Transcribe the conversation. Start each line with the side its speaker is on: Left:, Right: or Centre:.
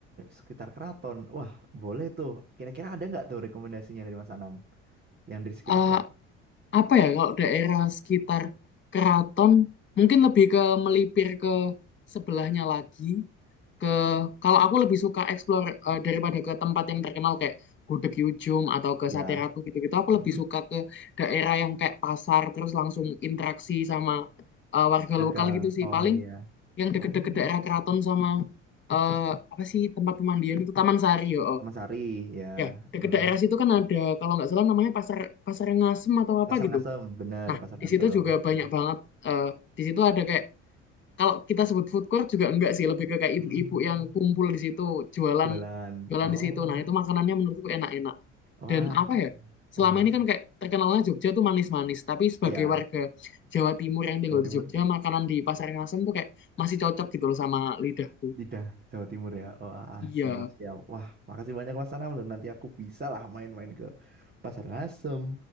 Right: Sekitar keraton. Wah, boleh tuh. Kira-kira ada nggak tuh rekomendasinya dari Mas Anam yang di sekitar
Left: Eh,
Right: keraton?
Left: apa ya kalau daerah sekitar keraton mungkin lebih ke melipir ke sebelahnya lagi ke kalau aku lebih suka explore eh, daripada ke tempat yang terkenal kayak Gudeg Yujum atau ke
Right: Ya.
Left: Sate Ratu gitu-gitu aku
Right: Mm-mm.
Left: lebih suka ke daerah yang kayak pasar terus langsung interaksi sama eh, warga
Right: Dagang.
Left: lokal gitu sih
Right: Oh
Left: paling
Right: iya.
Left: yang deket-deket
Right: Oh,
Left: daerah keraton sama eh, apa sih tempat pemandian itu Taman Sari yo oh.
Right: Taman Sari ya.
Left: ya deket
Right: Hmm.
Left: daerah situ kan ada kalau nggak salah namanya pasar pasar ngasem atau apa
Right: Pasar
Left: gitu
Right: Ngasem, bener
Left: nah
Right: Pasar Ngasem.
Left: di situ juga banyak
Right: Ya.
Left: banget eh, di situ ada kayak kalau kita sebut food court juga enggak sih lebih ke kayak
Right: Hmm.
Left: ibu-ibu yang kumpul di situ jualan
Right: Jualan.
Left: jualan
Right: Oh.
Left: di situ nah itu makanannya menurutku enak-enak
Right: Wah,
Left: dan apa ya selama
Right: benar.
Left: ini kan kayak terkenalnya Jogja tuh manis-manis tapi sebagai
Right: Ya,
Left: warga Jawa Timur yang tinggal
Right: Jawa Timur.
Left: di Jogja makanan di Pasar Ngasem tuh kayak masih cocok gitu loh sama lidahku
Right: Lidah Jawa Timur ya. Wah,
Left: iya
Right: siap siap. Wah, makasih banyak Mas Anam. Nanti aku bisa lah main-main ke Pasar Ngasem